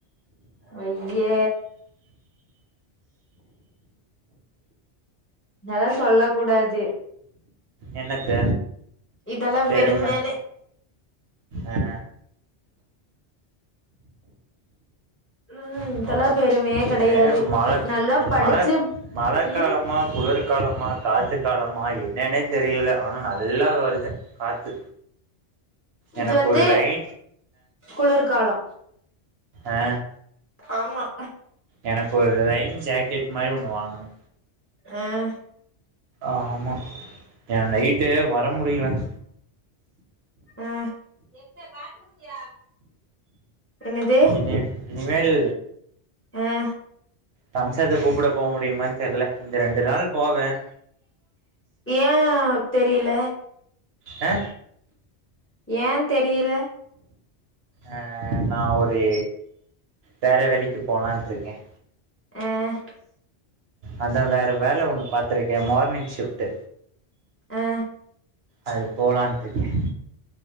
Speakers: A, on the left; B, on the right.
A: அங்கே நால்லா சொல்ல கூடாது
B: என்னத்த
A: இதெல்லா
B: பெரும
A: பெருமன்னு
B: ஆ
A: ம்
B: ப்ப
A: இதெல்லா பெருமையே
B: ஒரே
A: கெடையாது
B: மழ
A: நல்லா
B: இது
A: படிச்சு
B: மழ மழ
A: ம்
B: காலமா குளுர்காலமா காத்து காலமா என்னென்னே தெரியல ஆனா நல்லா வருது காத்து
A: இது
B: எனக்கு
A: வந்து
B: ஒறுரைய்
A: குளிர்காலோ
B: ஆ
A: ஆம்மா
B: எனக்கு ஒரு லைன் ஜாக்கெட் மாரி ஒன்னு வாங்கனு
A: ஆஹ்
B: ஆமா என் நைட்டு வர முடியல <inaudible>
A: ஆ <unintelligible> என்னது
B: இப் இனிமேல்
A: ம்
B: சம்சாரத்த கூப்பிட போக முடியுமானு தெரியல இந்த ரெண்டு நாள் போவேன்
A: ஏன் தெரியல
B: ஏ
A: ஏன் தெரியல
B: ஆ நான் ஒரு வேற வேலைக்கு போலான்ட்டு இருக்கேன்
A: ம்
B: அதான் வேற வேலை ஒண்ணு பாத்துருக்கேன் மார்னிங் ஷிப்ட்
A: ஆ
B: அது போலான்ட்டு இருக்கேன்